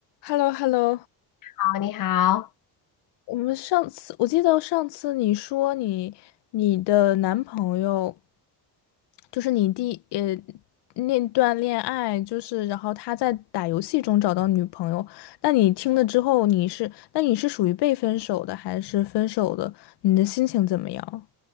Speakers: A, on the left; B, on the left.
A: h e l l o h e l l o
B: 好，你好，
A: 我们上次我记得上次你说你你的男朋友就是你第呃那段恋爱，就是然后他在打游戏中找到女朋友，那你听了之后你是那你是属于被分手的还是分手的？你的心情怎么样？